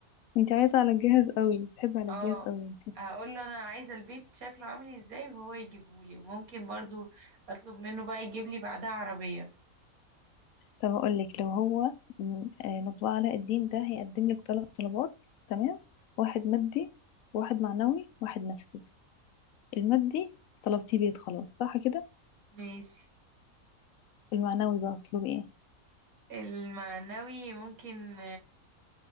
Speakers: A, on the left; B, on the right.
A: انت عايزة على الجهاز قوي بتحبي على
B: اه
A: الجهاز قوي انت
B: هقول له انا عايزة البيت شكله عامل ازاي وهو يجيبهولي وممكن برضو اطلب منه بقى يجيب لي بعدها عربية
A: طب هقول لك لو هو م- آه، مصباح علاء الدين ده هيقدم لك ثلاث طلبات تمام واحد مادي واحد معنوي واحد نفسي المادي طلبتيه بيت خلاص صح كده
B: ماشي
A: المعنوي بقى هتطلبي ايه
B: المعنوي ممكن